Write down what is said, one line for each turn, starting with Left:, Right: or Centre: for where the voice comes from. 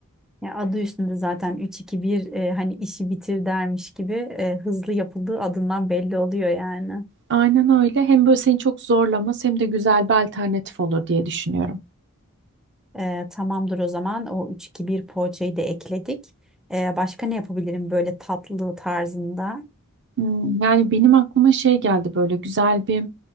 Centre: Ya adı üstünde zaten üç iki bir e, hani işi bitir dermiş gibi e, hızlı yapıldığı adından belli oluyor yani.
Right: Aynen öyle. Hem böyle seni çok zorlamaz hem de güzel bir alternatif olur diye düşünüyorum.
Centre: Ee, tamamdır o zaman. O üç iki bir poğaçayı da ekledik. Ee, başka ne yapabilirim böyle tatlı tarzında?
Right: Hmm, yani benim aklıma şey geldi böyle güzel bir